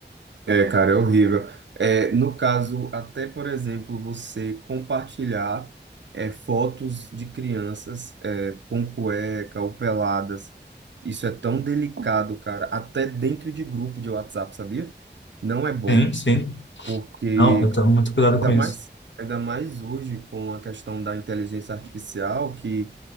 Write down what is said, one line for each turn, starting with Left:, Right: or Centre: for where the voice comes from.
Right: É, cara, é horrível. É, no caso, até por exemplo, você compartilhar é, fotos de crianças é, com cueca ou peladas, isso é tão delicado, cara, até dentro de grupo de WhatsApp, sabia? Não é bom,
Left: Sim, sim.
Right: porque
Left: Não, eu tomo muito cuidado
Right: ainda
Left: com isso.
Right: mais, ainda mais hoje com a questão da inteligência artificial, que